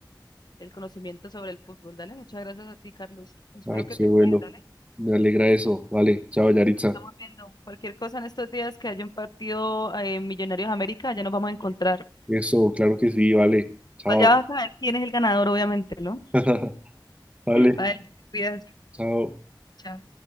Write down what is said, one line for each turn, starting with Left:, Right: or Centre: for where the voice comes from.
Left: el conocimiento sobre el fútbol. Dale, muchas gracias a ti, Carlos. Espero
Right: Ay,
Left: que
Right: qué
Left: te
Right: bueno.
Left: cuides, dale.
Right: Me alegra eso. Vale, chao, Yaritza.
Left: Nos Estamos viendo cualquier cosa en estos días que haya un partido eh, Millonarios América, ya nos vamos a encontrar.
Right: Eso, claro que sí, vale. Chao.
Left: Igual Ya vas a ver quién es el ganador, obviamente, ¿no?
Right: <laughs> Vale,
Left: Vale, te cuidas.
Right: chao.
Left: Chao.